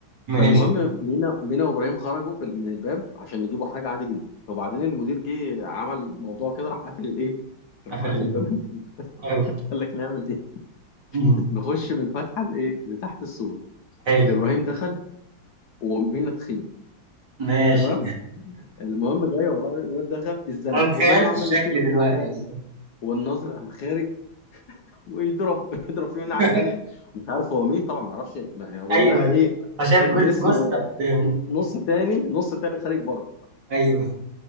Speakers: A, on the right; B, on the left.
A: ماشي
B: فالمهم مينا مينا وابراهيم خرجوا في من الباب عشان يجيبوا حاجه عادي جدا وبعدين المدير جه عمل موضوع كده راح قافل الايه راح
A: قفل
B: قافل
A: الباب
B: باب ال- <laughs>
A: قفل.
B: قال لك نعمل ايه
A: مم.
B: نخش من الفتحه لايه لتحت السور
A: حلو
B: ابراهيم دخل ومينا تخين
A: ماشي
B: تمام المهم جاي والله الواد دخل اتزنق
A: أنا
B: وابراهيم
A: تخيلت
B: عمال
A: الشكل
B: يشد من
A: دلوقتي
B: الناحيه
A: أصلا
B: دي والناظر قام خارج ويضرب <laughs> يضرب
A: <laughs>
B: فيه من الناحيه التانيه مش عارف هو مين طبعا ما يعرفش يعني هو
A: أيوه
B: لقى ايه
A: فشايف
B: الجسم
A: جث- جثة قدامه
B: نص تاني نص تاني خارج بره
A: أيوه